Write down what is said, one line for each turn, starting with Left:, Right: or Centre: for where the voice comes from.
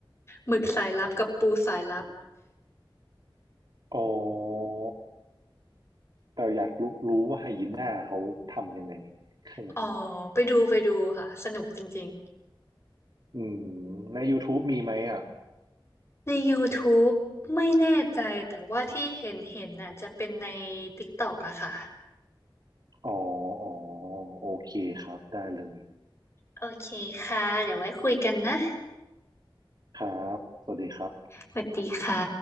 Left: หมึกสายลับกับปูสายลับ
Right: อ๋อ แต่อยากรู้รู้ว่าไฮยีน่าเขาทำยังไงแค่นั้นเอง
Left: อ๋อไปดูไปดูค่ะสนุกจริงๆ
Right: อืมใน YouTube มีไหมอ่ะ
Left: ใน YouTube ไม่แน่ใจแต่ว่าที่เห็นเห็นน่ะจะเป็นใน TikTok อะค่ะ
Right: อ๋ออ๋อ โอเคครับ ได้เลย
Left: โอเคค่ะเดี๋ยวไว้คุยกันนะ
Right: ครับ สวัสดีครับ
Left: สวัสดีค่ะ